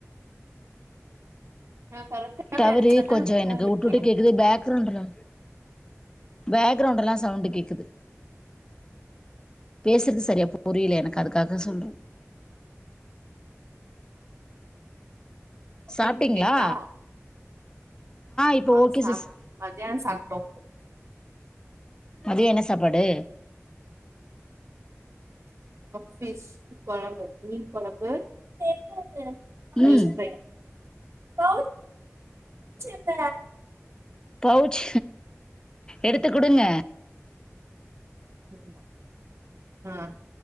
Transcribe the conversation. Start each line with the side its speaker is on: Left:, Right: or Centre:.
Right: நா கரெக்டான
Left: டவரு
Right: எடத்துலதா
Left: கொஞ்ச
Right: உக்காந்துருக்கே
Left: எனக்கு உட்டு உட்டு கேக்குது பேக்ரவுண்ட்லா பேக்ரவுண்ட் எல்லா சவுண்ட் கேக்குது பேசுறது சரியா புரில எனக்கு அதுக்காக சொல்றே
Right: ஓகே
Left: சாப்ட்டீங்களா
Right: இப்ப கேக்குதா
Left: இப்போ
Right: ஆ
Left: ஓகே
Right: சாப்
Left: சிஸ்
Right: மத்தியான சாப்புட்டோம்
Left: மதிய என்ன சாப்பாடு
Right: பிஷ் கெழம்பு மீன் குழம்பு என்னது கௌச்சயா மீன்
Left: ம்
Right: ப்ரை பவுச் சுங்க
Left: பவுச் எடுத்து குடுங்க
Right: ஆமா ஆ